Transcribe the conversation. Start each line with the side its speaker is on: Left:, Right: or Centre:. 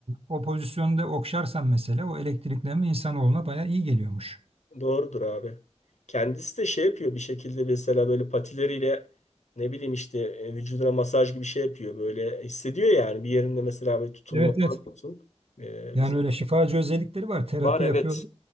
Right: O pozisyonda okşarsan mesela o elektriklenme insanoğluna bayağı iyi geliyormuş.
Left: Doğrudur abi. Kendisi de şey yapıyor bir şekilde mesela böyle patileriyle ne bileyim işte e, vücuduna masaj gibi şey yapıyor. Böyle hissediyor yani bir yerinde mesela böyle tutulma
Right: Evet evet.
Left: falan olsun. Ee,
Right: Yani
Left: bizim
Right: öyle şifacı özellikleri var. Terapi
Left: var evet.
Right: yapıyor.